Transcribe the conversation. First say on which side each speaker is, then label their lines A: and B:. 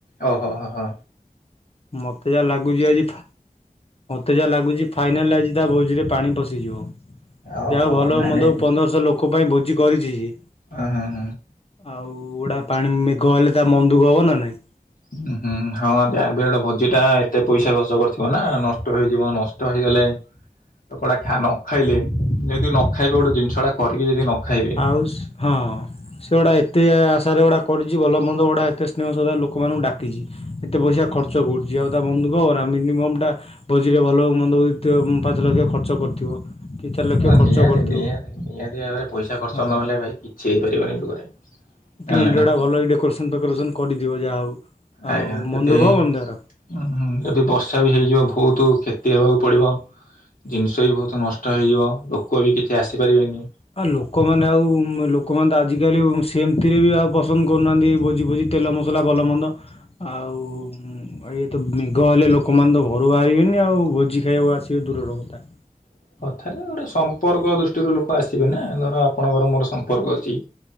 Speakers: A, on the left (about 65°); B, on the left (about 40°).
A: ଓହୋ-ହୋ-ହୋ।
B: ମତେ ଯାହା ଲାଗୁଛି ଆଜି ମତେ ଯାହା ଲାଗୁଛି ଫାଇନାଲ ଆଜି ତା ଭୋଜିରେ ପାଣି ପଶିଯିବ
A: ଓହୋ
B: ଯା ହଉ ଭଲ
A: ନାଇଁ
B: ହଉ ମନ୍ଦ
A: ନାଇଁ
B: ହଉ ପନ୍ଦରଶହ ଲୋକ ପାଇଁ ଭୋଜି କରିଛି ସିଏ।
A: ହୁଁ ହୁଁ ହୁଁ
B: ଆଉ ଗଡା ପାଣି ମେଘ ହେଲେ ତା ମନ୍ ଦୁଃଖ ହବ ନା ନାଇଁ।
A: ହୁଁ। ହୁଁ ହଁ ଯାବି ହେଲେଟା ଭୋଜି ଟା ଏତେ ପଇସା ଖର୍ଚ୍ଚ କରିଥିବ ନା ନଷ୍ଟ ହେଇଯିବ ନଷ୍ଟ ହେଇଗଲେ କପଡା ଖ ନ ଖାଇଲେ ଯଦି ନ ଖାଇବେ ଗୋଟେ ଜିନିଷଟା କରିକି ଯଦି ନ ଖାଇବେ
B: ଆଉ ହଁ ସେଗୁଡା ଏତେ ଆଶାରେ ଗୁଡା କରିଛି ଭଲ ମନ୍ଦ ଗୁଡା ଏତେ ସ୍ନେହ ଶ୍ରଦ୍ଧା ଲୋକମାନଙ୍କୁ ଡାକିଛି ଏତେ ପଇସା ଖର୍ଚ୍ଚ କରୁଛି ଆଉ
A: ଆଜ୍ଞା
B: ମନ୍ ଦୁଃଖ ହବନି ମିନିମମ୍ ଟା ଭୋଜିରେ ଭଲ ହଉ ମନ୍ଦ ହଉ ପାଞ୍ଚ ଲକ୍ଷ ଖର୍ଚ୍ଚ କରିଥିବ କି ଚାରି ଲକ୍ଷ ଖର୍ଚ୍ଚ
A: ନିହାତି-ନିହାତି-ନିହାତି
B: କରିଥିବ
A: ଭାବରେ ପଇସା ଖର୍ଚ୍ଚ
B: ହଁ।
A: ନହେଲେ ଭାଇ କିଛି ହେଇପାରିବନି ଏ ଯୁଗରେ। ଜାଣିଲେ
B: ଟେଣ୍ଟ
A: ନା
B: ଭଲ ଡକୋରେସନ ଫେକୋରେସନ କରିଥିବ ଯାହା ହଉ। ଆଉ
A: ଆଜ୍ଞା
B: ମନ
A: ଯଦି-ଯଦି
B: ଦୁଃଖ ମନ୍ଦାର
A: ବର୍ଷା ବି ହେଇଯିବ ବହୁତ କ୍ଷତି ହେବାକୁ ପଡ଼ିବ। ଜିନିଷ ବି ବହୁତ ନଷ୍ଟ ହେଇଯିବ ଲୋକ ବି କିଛି ଆସିପାରିବେନି।
B: ହଁ ଲୋକମାନେ ଆଉ ଲୋକମାନେ ତ ଆଜିକାଲି ସେମତିରେ ବି ଆଉ ପସନ୍ଦ କରୁନାହାନ୍ତି ଭୋଜି ଭୋଜି ତେଲ ମସଲା ଭଲମନ୍ଦ ଆଉ ଇଏ ତ ମେଘ ହେଲେ ଲୋକମାନେ ତ ଘରୁ ବାହାରିବେନି ଆଉ। ଭୋଜି ଖାଇବାକୁ ଆସିବା ଦୂରର କଥା।
A: ତାହେଲେ ଗୋଟେ ସମ୍ପର୍କ ଦୃଷ୍ଟିରୁ ଲୋକ ଆସିବେ ନା ଧର ଆପଣଙ୍କର ମୋର ସମ୍ପର୍କ ଅଛି